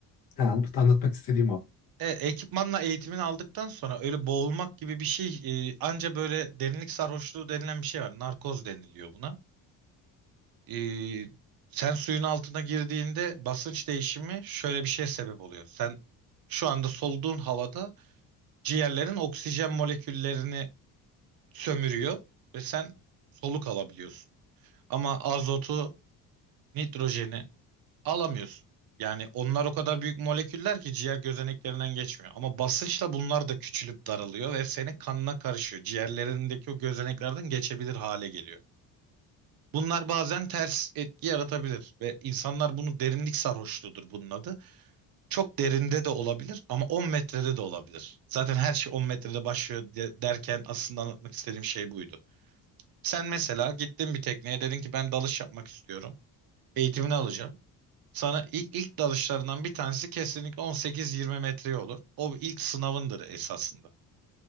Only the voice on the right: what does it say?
Evet, ekipmanla eğitimini aldıktan sonra öyle boğulmak gibi bir şey e, anca böyle derinlik sarhoşluğu denilen bir şey var. Narkoz deniliyor buna. E, sen suyun altına girdiğinde basınç değişimi şöyle bir şeye sebep oluyor. Sen şu anda soluduğun havada ciğerlerin oksijen moleküllerini sömürüyor ve sen soluk alabiliyorsun. Ama azotu, nitrojeni alamıyorsun. Yani onlar o kadar büyük moleküller ki ciğer gözeneklerinden geçmiyor. Ama basınçla bunlar da küçülüp daralıyor ve senin kanına karışıyor. Ciğerlerindeki o gözeneklerden geçebilir hale geliyor. Bunlar bazen ters etki yaratabilir ve insanlar bunu derinlik sarhoşluğudur bunun adı. Çok derinde de olabilir ama 10 metrede de olabilir. Zaten her şey 10 metrede başlıyor de- derken aslında anlatmak istediğim şey buydu. Sen mesela gittin bir tekneye dedin ki ben dalış yapmak istiyorum. Eğitimini alacağım. Sana ilk, ilk dalışlarından bir tanesi kesinlikle 18-20 metreye olur. O ilk sınavındır esasında.